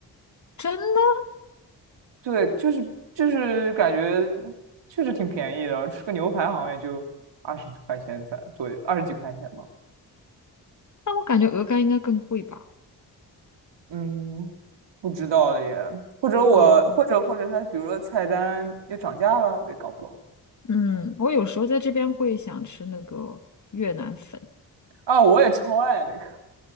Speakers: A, on the left; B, on the right.
A: 真的？
B: 对，就是就是感觉确实挺便宜的，吃个牛排好像也就二十块钱才左右，二十几块钱吧。
A: 那我感觉鹅肝应该更贵吧？
B: 嗯，不知道了耶。或者我或者或者他比如说菜单又涨价了，
A: 哦，
B: 我也搞不懂
A: 嗯，我有时候在这边会想吃那个越南粉，
B: 啊。我也超爱那个，